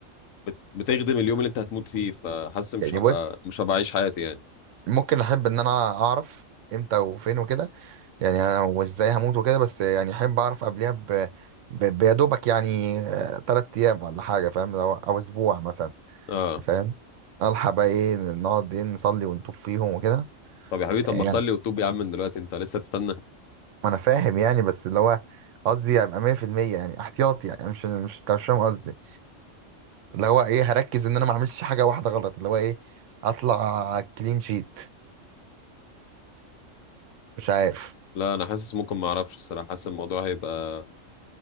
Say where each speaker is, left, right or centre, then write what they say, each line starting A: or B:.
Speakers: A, on the left (about 85°); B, on the right (about 70°).
A: بت... بتخدم اليوم اللي انت هتموت فيه فحاسس مش
B: يعني
A: هبقى
B: بص
A: مش هبقى عايش حياتي يعني
B: ممكن احب ان انا اعرف امتى وفين وكده يعني أنا وازاي هموت وكده بس يعني احب اعرف قبلها ب... ب... بيدوبك يعني آه، تلات ايام ولا حاجة فاهم لو- او اسبوع مثلا
A: اه
B: فاهم الحق بقى ايه نقعد ايه نصلي ونطوف فيهم وكده
A: طب يا حبيبي طب
B: يعني
A: ما تصلي وتوب يا عم من دلوقتي انت لسه تستنى
B: ما انا فاهم يعني بس اللي هو قصدي ابقى 100% يعني احتياطي يعني مش مش انت مش فاهم قصدي اللي هو ايه هركز ان انا ما اعملش حاجه واحده غلط اللي هو ايه اطلع كلين شيت مش عارف
A: لا انا حاسس ممكن ما اعرفش الصراحه حاسس الموضوع هيبقى